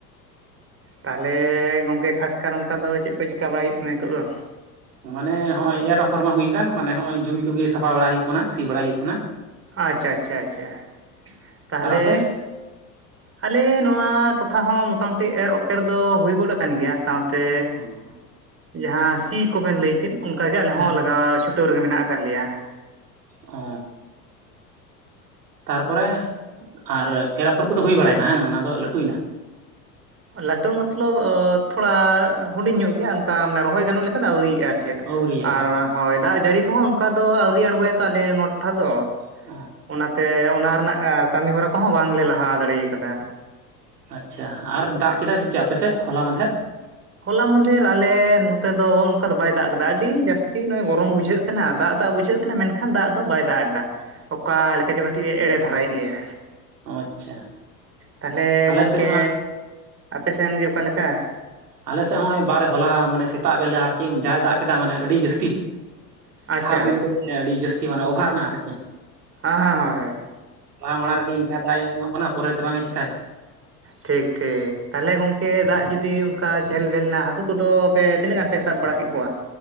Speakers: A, on the right; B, on the right.
A: ᱛᱟᱦᱚᱞᱮ ᱜᱚᱝᱠᱮ ᱠᱷᱟᱥᱠᱟᱨ ᱚᱱᱠᱟ ᱫᱚ ᱪᱮᱫ ᱠᱚ ᱪᱤᱠᱠᱟ ᱵᱟᱲᱟᱭ ᱦᱩᱭᱩᱜ ᱠᱟᱱᱟ ᱱᱤᱛᱚᱜ ᱫᱚ
B: ᱢᱟᱱᱮ ᱦᱚᱸᱜᱼᱚᱭ ᱮᱨ ᱟᱯᱷᱚᱨ ᱢᱟ ᱦᱩᱭᱠᱟᱱ ᱢᱟᱱᱮ ᱦᱚᱸᱜᱼᱚᱭ ᱡᱩᱢᱤ ᱠᱚᱜᱮ ᱥᱟᱯᱷᱟ ᱵᱟᱲᱟᱭ ᱦᱩᱭᱩᱜ ᱠᱟᱱᱟ ᱥᱤ ᱵᱟᱲᱟᱭ ᱦᱩᱭᱩᱜ ᱠᱟᱱᱟ
A: ᱟᱪᱷᱟ ᱟᱪᱪᱷᱟ ᱟᱪᱷᱟ ᱛᱟᱦᱚᱞᱮ
B: ᱟᱨ ᱟᱯᱮ
A: ᱟᱞᱮ ᱱᱚᱣᱟ ᱴᱚᱴᱷᱟ ᱦᱚᱸ ᱢᱚᱴᱟᱢᱩᱴᱤ ᱮᱨ ᱚᱯᱮᱨ ᱫᱚ ᱦᱩᱭ ᱜᱚᱫ ᱟᱠᱟᱱ ᱜᱮᱭᱟ ᱥᱟᱶᱛᱮ
B: ᱚ
A: ᱡᱟᱦᱟᱸ ᱥᱤ ᱠᱚᱵᱮᱱ ᱞᱟᱹᱭ ᱠᱮᱫ ᱚᱱᱠᱟᱜᱮ ᱟᱞᱮ
B: ᱦᱮᱸ
A: ᱦᱚᱸ ᱞᱟᱜᱟᱣ ᱪᱷᱩᱴᱟᱹᱣ ᱨᱮᱜᱮ ᱢᱮᱱᱟᱜ ᱟᱠᱟᱫ ᱞᱮᱭᱟ
B: ᱳᱻ ᱛᱟᱨᱯᱚᱨᱮ ᱟᱨ ᱮᱨ ᱟᱯᱷᱚᱨ ᱠᱚᱫᱚ ᱦᱩᱭ ᱵᱟᱲᱟᱭᱮᱱᱟ ᱟᱝ ᱚᱱᱟ ᱫᱚ ᱞᱟᱹᱴᱩᱭᱱᱟ
A: ᱞᱟᱹᱴᱩ ᱢᱚᱛᱞᱚᱵᱽ ᱛᱷᱚᱲᱟ ᱦᱩᱰᱤᱧ ᱧᱚᱜ ᱜᱮᱭᱟ ᱚᱱᱠᱟ ᱢᱟᱱᱮ ᱨᱚᱦᱚᱭ ᱜᱟᱱᱚᱜ ᱞᱮᱠᱟ ᱫᱚ ᱟᱹᱣᱨᱤᱭᱟᱜᱼᱟ ᱪᱮᱫ
B: ᱟᱹᱣᱨᱤᱭᱟᱜᱼᱟ
A: ᱟᱨ
B: ᱚ
A: ᱦᱳᱭ ᱫᱟᱜ ᱡᱟᱹᱲᱤ ᱠᱚᱦᱚᱸ ᱚᱱᱠᱟ ᱫᱚ ᱟᱹᱣᱨᱤ ᱟᱬᱜᱚᱭᱟᱭ ᱛᱚ ᱟᱞᱮ ᱱᱚᱣᱟ ᱴᱚᱴᱷᱟ ᱫᱚ
B: ᱚ
A: ᱚᱱᱟᱛᱮ ᱚᱱᱟ ᱨᱮᱱᱟᱜ ᱠᱟᱹᱢᱤ ᱦᱚᱨᱟ ᱠᱚᱦᱚᱸ ᱵᱟᱝᱞᱮ ᱞᱟᱦᱟ ᱫᱟᱲᱮᱭ ᱠᱟᱫᱟ
B: ᱟᱪᱪᱷᱟ ᱟᱨ ᱫᱟᱜ ᱠᱮᱫᱟᱭ ᱥᱮ ᱪᱮᱫ ᱟᱯᱮᱥᱮᱫ ᱦᱚᱞᱟ ᱢᱟᱸᱫᱷᱮᱨ
A: ᱦᱚᱞᱟ ᱢᱟᱫᱮᱨ ᱟᱞᱮ ᱱᱚᱛᱮ ᱫᱚ ᱚᱱᱠᱟ ᱫᱚ ᱵᱟᱭ ᱫᱟᱜ ᱠᱟᱫᱟ ᱟᱹᱰᱤ ᱡᱟᱹᱥᱛᱤ ᱱᱚᱜᱼᱚᱭ ᱜᱚᱨᱚᱢ ᱵᱩᱡᱷᱟᱹᱜ ᱠᱟᱱᱟ ᱫᱟᱜ ᱫᱟᱜ ᱵᱩᱡᱷᱟᱹᱜ ᱢᱮᱱᱠᱷᱟᱱ ᱫᱟᱜ ᱫᱚ ᱵᱟᱭ ᱫᱟᱜ ᱮᱫᱟ ᱚᱠᱟ ᱞᱮᱠᱟ ᱪᱚ ᱠᱟᱹᱴᱤᱡ ᱮ ᱮᱲᱮ ᱫᱷᱟᱨᱟᱭᱮᱫ ᱞᱮᱭᱟ
B: ᱚ ᱟᱪᱪᱷᱟ
A: ᱛᱟᱦᱚᱞᱮ
B: ᱟᱞᱮ
A: ᱜᱚᱝᱠᱮ
B: ᱥᱮᱫ ᱢᱟ
A: ᱟᱯᱮ ᱥᱮᱱ ᱜᱮ ᱚᱠᱟᱞᱮᱠᱟ
B: ᱟᱞᱮᱥᱮᱫ ᱦᱚᱸᱜ-ᱚᱭ ᱵᱟᱨᱮ ᱦᱚᱞᱟ ᱢᱟᱱᱮ ᱥᱮᱛᱟᱜ ᱵᱮᱞᱟ ᱟᱨᱠᱤ ᱡᱟᱭ ᱫᱟᱜ ᱠᱮᱫᱟ ᱢᱟᱱᱮ ᱟᱹᱰᱤ ᱡᱟᱹᱥᱛᱤ
A: ᱟᱪᱪᱷᱟ
B: ᱠᱷᱟᱞ ᱵᱤᱞ ᱠᱚ ᱢᱟᱱᱮ ᱟᱹᱰᱤ ᱡᱟᱹᱥᱛᱤ ᱢᱟᱱᱮ ᱚᱵᱷᱟᱨ ᱱᱟ ᱟᱨᱠᱤ
A: ᱦᱮᱸ ᱦᱮᱸ ᱦᱳᱭ ᱦᱳᱭ
B: ᱞᱟᱦᱟ ᱢᱟᱲᱟᱝ ᱨᱮᱜᱮ ᱤᱱᱠᱟ ᱫᱟᱜ ᱮ ᱮᱢᱚᱜ ᱠᱟᱱᱟ ᱯᱚᱨᱮ ᱛᱮ ᱵᱟᱝ ᱮ ᱪᱮᱠᱟᱭ
A: ᱴᱷᱤᱠ ᱴᱷᱤᱠ ᱛᱟᱦᱞᱮ ᱜᱚᱝᱠᱮ ᱫᱟᱜ ᱡᱩᱫᱤ ᱚᱱᱠᱟ ᱪᱮᱦᱮᱞ ᱵᱮᱞᱱᱟ ᱦᱟᱹᱠᱩ ᱠᱚᱫᱚ ᱯᱮ ᱛᱤᱱᱟᱹᱜ ᱜᱟᱱ ᱯᱮ ᱥᱟᱵ ᱵᱟᱲᱟ ᱠᱮᱫ ᱠᱚᱣᱟ